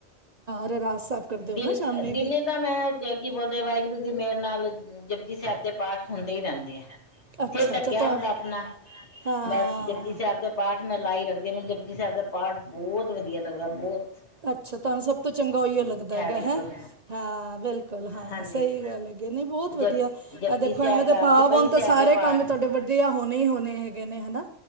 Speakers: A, on the right (about 40°); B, on the left (about 70°).
A: ਰਹਿਰਾਸ। ਸਾਹਿਬ ਕਰਦੇ ਹੋ
B: ਦਿਨ-ਦਿਨੇ
A: ਨਾ ਸ਼ਾਮੀ ਵੀ
B: ਤਾਂ ਮੈਂ ਕੀ ਬੋਲਦੇ ਵਾਹਿਗੁਰੂ ਦੀ ਮਿਹਰ ਨਾਲ, ਜਪੁਜੀ ਸਾਹਿਬ ਦੇ ਪਾਠ ਹੁੰਦੇ ਈ ਰਹਿੰਦੇ ਆ।
A: ਜਾਂਦੇ ਆ। ਅੱਛਾ
B: ਸਿਰ ਢੱਕਿਆ
A: ਅੱਛਾ ਤਾਂ
B: ਹੁੰਦਾ ਆਪਣਾ,
A: ਹਾਂ
B: ਬਸ ਜਪਜੀ ਸਾਹਿਬ ਦੇ ਪਾਠ ਮੈਂ ਲਾਈ ਰੱਖਦੀ। ਮੈਨੂੰ ਜਪਜੀ ਸਾਹਿਬ ਦਾ ਪਾਠ ਬੋਤ ਵਧੀਆ ਲੱਗਦਾ, ਬੋਤ
A: ਅੱਛਾ, ਤੁਹਾਨੂੰ ਸਭ ਤੋਂ ਚੰਗਾ ਉਹੀ ਲੱਗਦਾ ਹੈਗਾ
B: ਬਿਲਕੁਲ
A: ਹੈ। ਹਾਂ, ਬਿਲਕੁਲ ਹਾਂ,
B: ਹਾਂਜੀ
A: ਸਹੀ ਗੱਲ ਹੈਗੀ। ਨਹੀਂ ਬਹੁਤ ਵਧੀਆ।
B: ਜ ਜਪਜੀ
A: ਇਹ ਦੇਖੋ
B: ਸਾਹਿਬ
A: ਐਵੇਂ ਦੇ
B: ਦਾ
A: ਭਾਵ
B: ਚੌਪਈ
A: ਹੋਣ ਤੇ
B: ਸਾਹਿਬ
A: ਸਾਰੇ
B: ਦੇ ਪਾਠ
A: ਕੰਮ ਤੁਹਾਡੇ ਵੱਡੇ ਵਧੀਆ ਹੋਨੇ ਈ ਹੋਨੇ ਹੈਗੇ ਨੇ ਹਨਾ।